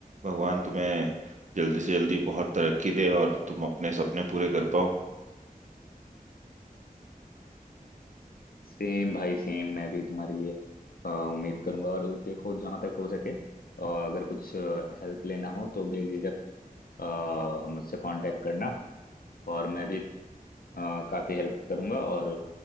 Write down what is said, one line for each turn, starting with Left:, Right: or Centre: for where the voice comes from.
Right: भगवान तुम्हें जल्दी से जल्दी बहुत तरक्की दे और तुम अपने सपने पूरे कर पाओ
Left: सेम भाई सेम मैं भी तुम्हारे लिए अ, उम्मीद करूंगा और देखो जहां तक हो सके अ, अगर कुछ हेल्प लेना हो तो बेझिझक अ, मुझसे कांटेक्ट करना और मैं भी अ, काफी हेल्प करूंगा और